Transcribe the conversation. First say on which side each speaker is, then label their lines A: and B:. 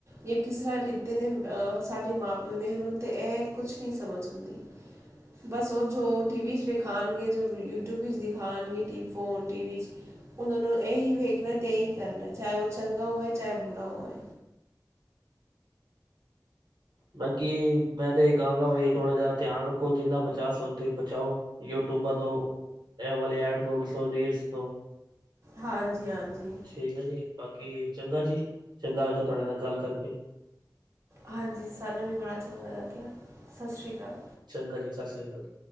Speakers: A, on the right (about 40°); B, on the right (about 75°).
A: ਜਾਂ ਕਿਸ ਤਰ੍ਹਾਂ ਲਿੱਤੇ ਨੇ ਅ ਸਾਡੇ ਮਾਂ ਪਿਓ ਨੇ ਓਨਾ ਤੇ ਇਹ ਕੁਛ ਨੀ ਸਮਝ ਹੁੰਦੀ। ਬਸ ਉਹ ਜੋ ਟੀ ਵੀ ਚ ਵਖੇ ਖਾਣਗੇ ਜੋ ਯੂਟਿਊਬ ਵਿੱਚ ਦਿਖਾਣਗੇ ਫੋਨ ਟੀ ਚ ਉਹਨਾਂ ਨੂੰ ਇਹੀ ਵੇਖਣਾ ਅਤੇ ਇਹੀ ਕਰਨਾ ਚਾਹੇ ਉਹ ਚੰਗਾ ਹੋਵੇ, ਚਾਹੇ ਬੁਰਾ ਹੋਵੇ।
B: ਬਾਕੀ ਮੈਂ ਤਾਂ ਇਹ ਕਹਾਂਗਾ ਬਈ ਥੋੜਾ ਜਿਹਾ ਧਿਆਨ ਰੱਖੋ, ਜਿੰਨਾ ਬਚਾ ਸਕਦੇ ਹੋ ਬਚਾਓ। ਯੂਟਊਬ ਬਾ ਤੋਂ ਇਹ ਵਾਲ ਐਡ ਉਡਸ ਤੋਂ ਰੀਲਸ ਤੋਂ।।
A: ਹਾਂਜੀ-ਹਾਂਜੀ।
B: ਠੀਕ ਏ ਜੀ, ਬਾਕੀ ਚੰਗਾ ਜੀ ਚੰਗਾ ਲੱਗਾ ਤੁਹਾਡੇ ਨਾਲ ਗੱਲ ਕਰਕੇ।
A: ਹਾਂਜੀ, ਸਾਨੂੰ ਵੀ ਬੜਾ ਚੰਗਾ ਲੱਗਿਆ ਸਤਿ ਸ਼੍ਰੀ ਅਕਾਲ।
B: ਚੰਗਾ ਜੀ, ਸਤਿ ਸ੍ਰੀ ਆਕਾਲ ਜੀ।